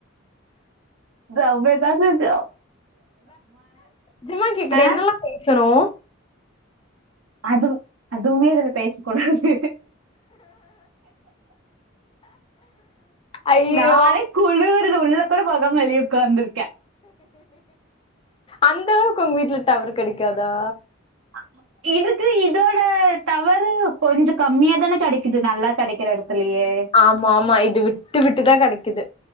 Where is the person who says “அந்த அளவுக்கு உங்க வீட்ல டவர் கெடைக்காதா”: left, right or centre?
Left